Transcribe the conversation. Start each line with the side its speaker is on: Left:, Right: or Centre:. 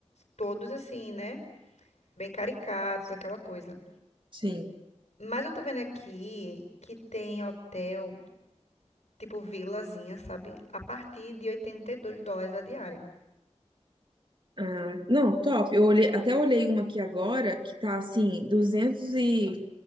Left: todos assim, né? Bem caricatos, aquela coisa.
Right: Sim.
Left: Mas eu tô vendo aqui que tem hotel, tipo vilazinha, sabe? A partir de 82 dólares a diária.
Right: Ah, não, top. Eu olhei, até olhei uma aqui agora que tá assim, 200 e